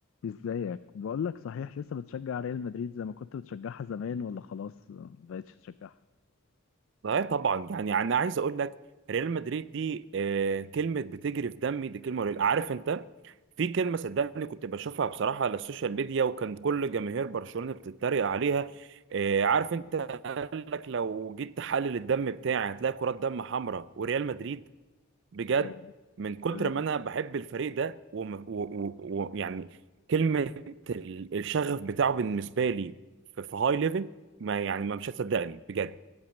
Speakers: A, on the left (about 70°); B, on the right (about 60°).
A: ازيك بقول لك صحيح لسه بتشجع ريال مدريد زي ما كنت بتشجعها زمان ولا خلاص ما بقتش تشجعها
B: لا طبعا يعني انا عايز اقول لك ريال مدريد دي آه، كلمه بتجري في دمي دي كلمه قليلة. عارف انت في كلمه صدقني كنت بشوفها بصراحه على السوشيال ميديا وكان كل جماهير برشلونه بتتريق عليها آه، عارف انت قال لك لو جيت تحلل الدم بتاعي هتلاقي كرات دم حمراء وريال مدريد بجد
A: تمام
B: من كتر
A: تمام
B: ما انا بحب الفريق ده ويعني و... و... و... يعني كلمه ال- الشغف بتاعه بالنسبه لي في, في هاي ليفل ما يعني ما مش هتصدقني بجد